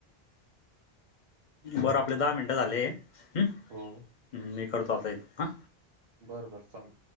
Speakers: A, on the left; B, on the right.
A: बरं आपले दहा मिनटं झाले हम्.
B: हो.
A: मी करतो आता आहेत हां.
B: बरं बरं चाल.